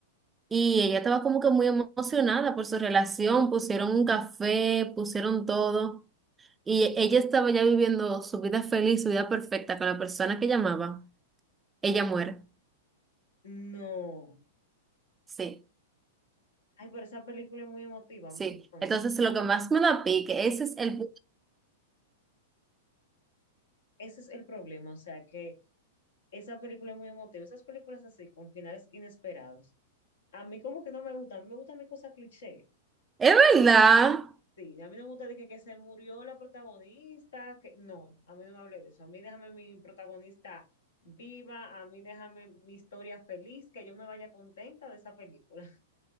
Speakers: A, on the right; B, on the left.
A: y ella estaba como que muy emocionada por su relación, pusieron un café, pusieron todo y ella estaba ya viviendo su vida feliz, su vida perfecta con la persona que llamaba, ella muere.
B: No.
A: Sí.
B: Ay, pero esa película es muy emotiva,
A: Sí,
B: entonces.
A: entonces lo que más me da pique, ese es el
B: Ese es el problema, o sea, que esa película es muy emotiva. Esas películas así, con finales inesperados. A mí como que no me gustan, a mí me gustan mi cosas cliché.
A: Es verdad.
B: Sí, a mí no me gusta de que, que se murió la protagonista, que no, a mí no me hable de eso. A mí déjame mi protagonista viva, a mí déjame mi historia feliz, que yo me vaya contenta de esa película.